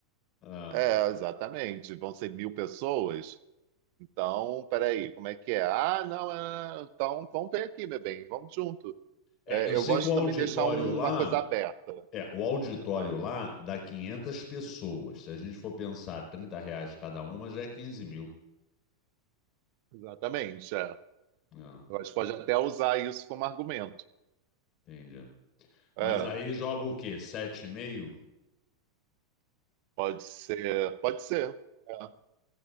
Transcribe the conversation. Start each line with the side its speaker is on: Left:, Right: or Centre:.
Left: É.
Right: é, exatamente, vão ser mil pessoas. Então, peraí, como é que é? Ah, não, é, então vamos ver aqui, meu bem, vamos junto.
Left: É,
Right: É,
Left: eu sei
Right: eu gosto
Left: que o auditório
Right: também de deixar um-
Left: lá,
Right: uma coisa aberta.
Left: é, o auditório
Right: Ah,
Left: lá dá 500 pessoas. Se a gente for pensar 30 reais cada uma, já é 15 mil.
Right: exatamente. é.
Left: É,
Right: Eu acho que pode até usar isso como argumento.
Left: entendi.
Right: É,
Left: Mas aí joga o quê? 7,5?
Right: pode ser, pode ser. é.